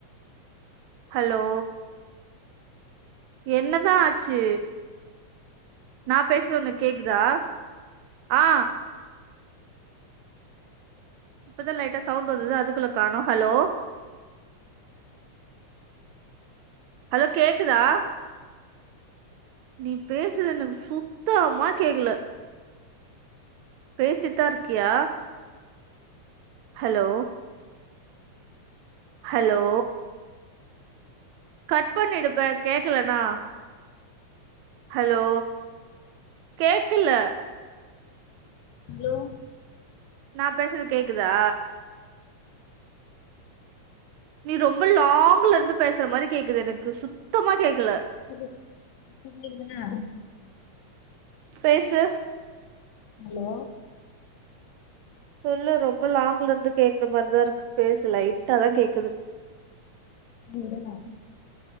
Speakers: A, on the right; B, on the left.
A: ஹலோ என்னதா ஆச்சு நா பேசுறது ஒனக்கு கேக்குதா ஆ இப்பதா லைட்டா சவுண்ட்டு வந்தது அதுக்குள்ள காணோ ஹலோ ஹலோ கேக்குதா நீ பேசுறது எனக்கு சுத்தமா கேக்குல பேசிட்தாருக்கியா ஹலோ ஹலோ கட் பண்ணிடுப்பே கேக்லனா ஹலோ கேக்கல
B: ஹலோ
A: நா பேசுறது கேக்குதா நீ ரொம்ப லாங்லருந்து பேசுற மாரி கேக்குது எனக்கு சுத்தமா கேக்குல
B: இது இப்ப கேக்குதானா
A: பேசு
B: ஹலோ
A: சொல்லு ரொம்ப லாங்லருந்து கேக்குற மார்தாருக்கு பேசு லைட்டா தா கேக்குது
B: விடுலா